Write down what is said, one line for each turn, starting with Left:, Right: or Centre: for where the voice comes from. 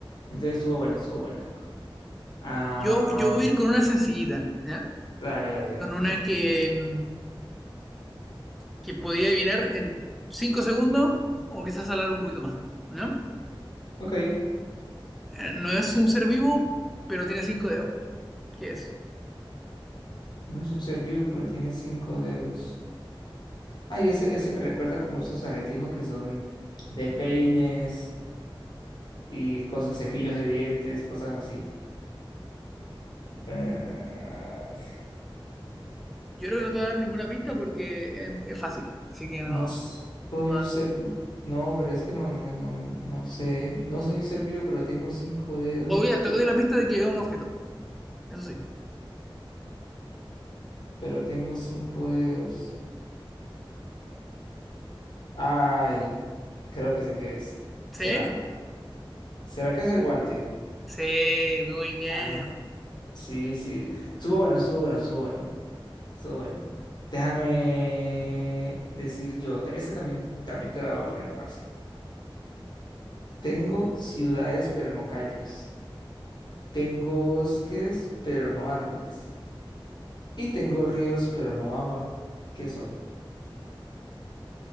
Left: Entonces estuvo buena, estuvo buena. Ah,
Centre: Yo, yo voy a ir con una sencillita, ¿ya?
Left: dale, dale, dale,
Centre: Con
Left: una
Centre: una
Left: sencilla.
Centre: que, mm, que podía adivinar en 5 segundos o quizás alargar un poquito más, ¿no?
Left: Ok,
Centre: Eh, No es un ser vivo, pero tiene 5 dedos. ¿Qué es?
Left: no es un ser vivo, pero tiene cinco dedos. Ay, ese, ese me recuerda como esos aletijos que son de peines y cosas, cepillos de dientes, cosas así. Eh,
Centre: Yo creo que no te voy a dar ninguna pista porque es, es fácil, así que no,
Left: No
Centre: no
Left: soy
Centre: te voy
Left: un
Centre: a dar
Left: ser,
Centre: pista.
Left: no, pero es que no, no me, no, no sé, no soy un ser vivo, pero tengo cinco dedos,
Centre: Obvio, te doy la pista de que es un objeto, eso sí.
Left: pero tengo cinco dedos. Ay, creo que sé qué es.
Centre: ¿Sí?
Left: ¿Será? ¿Será que es el guante?
Centre: Sí, muy bien.
Left: Ah, sí, sí. Estuvo bueno, estuvo bueno, estuvo bueno, estuvo bueno. Déjame decir yo, te- esta también, también te la voy a poner fácil. Tengo ciudades, pero no calles. Tengo bosques, pero no árboles. Y tengo ríos, pero no agua. ¿Qué soy?